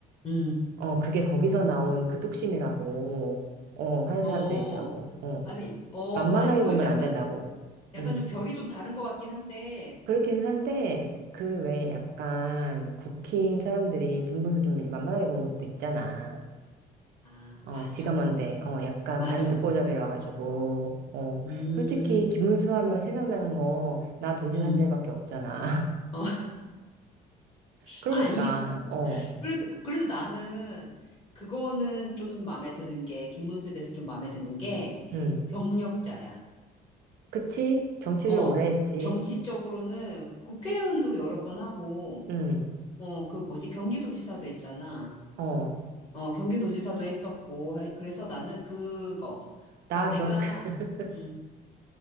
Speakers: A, on the left (about 35°); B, on the right (about 70°).
A: 음.
B: 어, 그게 거기서 나온 그 뚝심이라고, 어, 하는
A: 어,
B: 사람도 있다고, 어.
A: 아니, 어,
B: 만만하게
A: 아니, 그걸
B: 보면
A: 약간,
B: 안 된다고.
A: 약간
B: 음.
A: 좀 결이 좀 다른 것 같긴 한데.
B: 그렇기는 한데, 그 외에 약간 국힘 사람들이 김문수 좀 만만하게 본 것도 있잖아.
A: 아,
B: 어,
A: 맞아,
B: 지가 뭔데, 어, 약간
A: 맞아.
B: 반 듣보잡이라 가지고, 어,
A: 음,
B: 솔직히 김문수 하면 생각나는 거, 나 도지
A: 음.
B: 산 데밖에 없잖아. <laughs>
A: 어, <laughs>
B: 그러니까,
A: 아니,
B: 어,
A: 그래도, 그래도 나는 그거는 좀 마음에 드는 게, 김문수에 대해서 좀 마음에 드는 게
B: 음,
A: 경력자야.
B: 그치? 정치를
A: 어,
B: 오래 했지.
A: 정치적으로는 국회의원도 여러 번 하고,
B: 음,
A: 어, 그 뭐지, 경기도지사도 했잖아.
B: 어,
A: 어, 경기도지사도 했었고, 하이- 그래서 나는 그거.
B: 나
A: 그러니까
B: 경,
A: 내가,
B: <laughs>
A: 음,